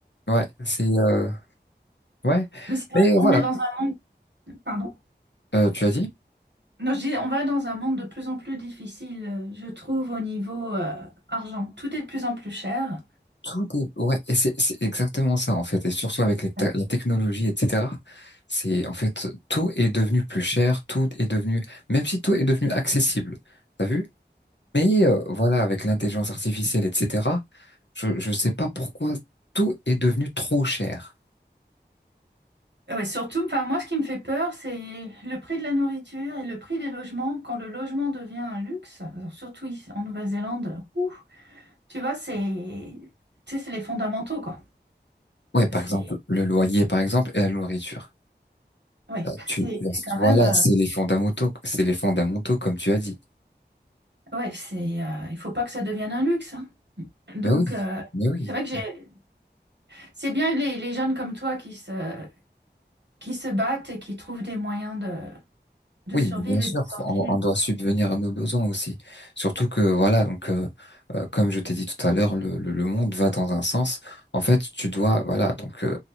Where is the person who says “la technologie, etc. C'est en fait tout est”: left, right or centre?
Left